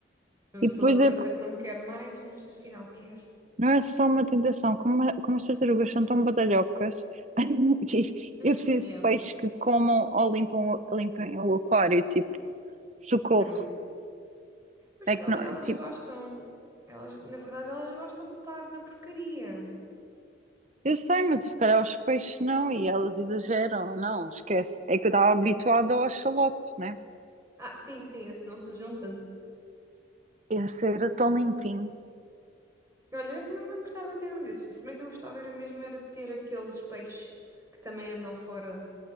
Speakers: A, on the right; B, on the right.
A: Uma pessoa
B: E depois
A: pensa
B: é porque
A: que não quer mais, mas afinal quer.
B: não é só uma tentação, como, a- como as tartarugas são tão badalhocas, <laughs> e
A: Hum,
B: eu preciso
A: yeah,
B: de peixes que comam ou limpam, o- limpem o aquário, tipo, socorro.
A: true. Mas
B: É
A: porque
B: que
A: elas,
B: não,
A: elas
B: tipo,
A: gostam, elas, na verdade, elas gostam de estar na porcaria.
B: eu sei, mas se calhar os peixes não, e elas exageram, não, esquece. É que eu estava habituada ao axolote, né?
A: Ah, sim, sim, esse não sujam tanto.
B: Esse era tão limpinho,
A: Olha, eu é que não me importava ter um desses. Se bem que eu gostava era mesmo era de ter aqueles peixes que também andam fora,